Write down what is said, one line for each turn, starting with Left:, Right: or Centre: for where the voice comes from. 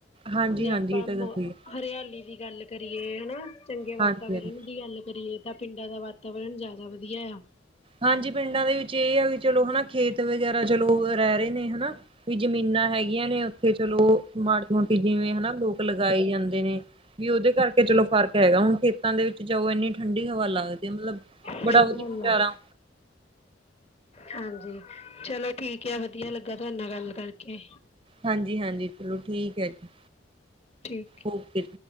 Right: ਹਾਂਜੀ-ਹਾਂਜੀ
Left: ਜੇ ਆਪਾਂ
Right: ਇਹ ਤਾਂ
Left: ਨੂੰ
Right: ਗੱਲ ਸਹੀ
Left: ਹਰਿਆਲੀ ਦੀ ਗੱਲ ਕਰੀਏ ਹਨਾ। ਚੰਗੇ
Right: ਹਾਂਜੀ-ਹਾਂਜੀ
Left: ਵਾਤਾਵਰਣ ਦੀ ਗੱਲ ਕਰੀਏ। ਤਾਂ ਪਿੰਡਾਂ ਦਾ ਵਾਤਾਵਰਨ ਜ਼ਿਆਦਾ ਵਧੀਆ ਆ
Right: ਹਾਂਜੀ ਪਿੰਡਾਂ ਦੇ ਵਿੱਚ ਇਹ ਆ ਵੀ ਚਲੋ ਹਨਾ ਖੇਤ ਵਗੈਰਾ ਚਲੋ ਰਹਿ ਰਹੇ ਨੇ ਹਨਾ ਵੀ ਜ਼ਮੀਨਾਂ ਹੈਗੀਆਂ ਨੇ ਉੱਥੇ ਚਲੋ ਮਾੜੀ ਮੋਟੀ ਜਿਵੇਂ ਹਨਾ ਲੋਕ ਲਗਾਏ ਜਾਂਦੇ ਨੇ ਵੀ ਉਹਦੇ ਕਰਕੇ ਚਲੋ ਫਰਕ ਹੈਗਾ ਹੁਣ ਫ ਦ ਵਿੱਚ ਜਾਓ ਇੰਨੀ ਠੰਡੀ ਹਵਾ ਲੱਗਦੀ ਆ ਮਤਲਬ
Left: ਸਹੀ
Right: ਬੜਾ ਵਧੀਆ
Left: ਗੱਲ
Right: ਨਜ਼ਾਰਾ
Left: ਆ ਹਾਂਜੀ ਚਲੋ ਠੀਕ ਆ ਵਧੀਆ ਲੱਗਾ ਤੁਹਾਡੇ ਨਾਲ ਗੱਲ ਕਰਕੇ
Right: ਹਾਂਜੀ ਹਾਂਜੀ ਚਲੋ ਠੀਕ ਹੈ ਜੀ
Left: ਠੀਕ
Right: ਓ ਕੇ